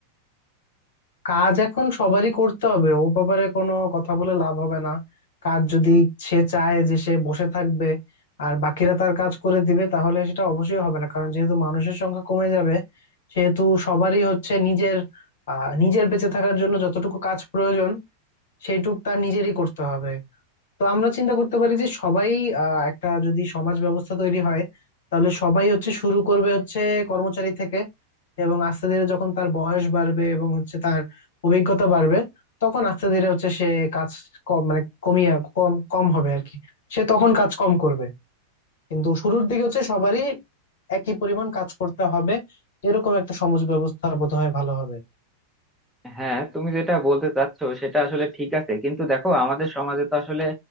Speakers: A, on the left; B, in the centre.
A: কাজ এখন সবারই করতে হবে ও ব্যাপারে কোনো কথা বলে লাভ হবে না কাজ যদি সে চায় যে সে বসে থাকবে আর বাকিরা তার কাজ করে দিবে তাহলে সেটা অবশ্যই হবে না কারণ যেহেতু মানুষের সংখ্যা কমে যাবে সেহেতু সবারই হচ্ছে নিজের আহ নিজের বেঁচে থাকার জন্য যতটুকু কাজ প্রয়োজন সেইটুক তার নিজেরই করতে হবে তো আমরা চিন্তা করতে পারি যে সবাই আহ, একটা যদি সমাজ ব্যবস্থা তৈরি হয় তাহলে সবাই হচ্ছে শুরু করবে হচ্ছে কর্মচারী থেকে এবং আস্তে ধীরে যখন তার বয়স বাড়বে এবং হচ্ছে তার অভিজ্ঞতা বাড়বে তখন আস্তে ধীরে হচ্ছে সে কাজ কম মানে কমিয়ে কম কম হবে আর কি সে তখন কাজ কম করবে কিন্তু শুরুর দিকে হচ্ছে সবারই একই পরিমাণ কাজ করতে হবে এরকম একটা সমাজ ব্যবস্থা বোধহয় ভালো হবে
B: হ্যাঁ তুমি যেটা বলতে চাচ্ছো সেটা আসলে ঠিক আছে কিন্তু দেখো আমাদের সমাজে তো আসলে